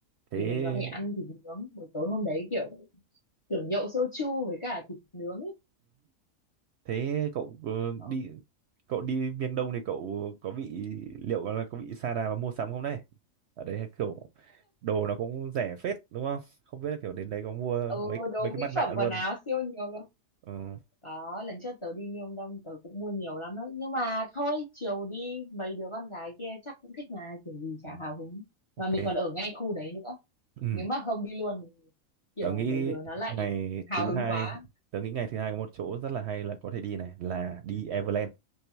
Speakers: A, on the right; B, on the left.
A: thế
B: Thì mình có thể ăn thịt nướng buổi tối hôm đấy kiểu kiểu nhậu soju với cả thịt nướng ấy.
A: Thế cậu ờ,
B: Ờ,
A: đi cậu đi miền Đông thì cậu có bị liệu là có bị sa đà và mua sắm không đấy? Ở đấy kiểu đồ nó cũng rẻ phết đúng không? Không biết là kiểu đến đấy có mua
B: Ừ,
A: mấy
B: đồ
A: mấy cái
B: mỹ
A: mặt nạ
B: phẩm
A: luôn.
B: quần áo siêu nhiều luôn
A: Ờ,
B: Có, lần trước tớ đi miêu Đông tớ cũng mua nhiều lắm đấy. Nhưng mà thôi, chiều đi mấy đứa con gái kia chắc cũng thích mà, kiểu gì chả
A: ừ,
B: hào hứng.
A: ok.
B: Mà mình còn ở ngay khu đấy nữa.
A: Ừ,
B: Nếu mà không đi luôn, thì kiểu
A: tớ nghĩ
B: mấy đứa nó lại
A: ngày
B: hào
A: thứ
B: hứng
A: hai,
B: quá.
A: tớ nghĩ ngày thứ hai có một chỗ rất là hay là có thể đi này là đi Everland.